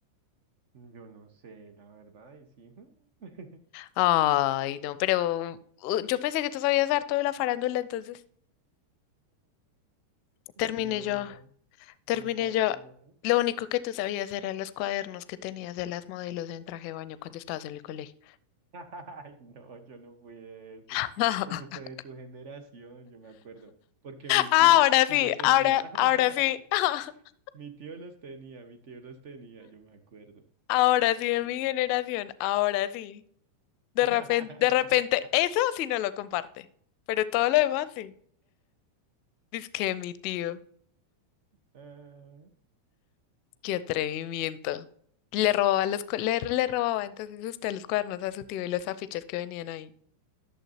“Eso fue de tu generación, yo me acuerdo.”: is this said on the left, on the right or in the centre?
Right